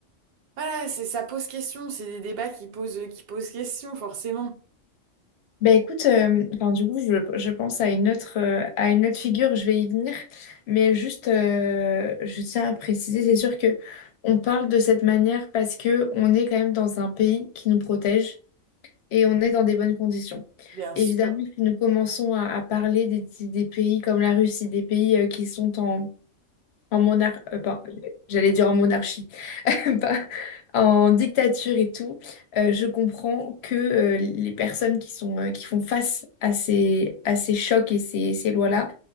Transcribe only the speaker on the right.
voilà, c'est ça pose question. C'est des débats qui posent, qui posent question forcément.
Bien
sûr.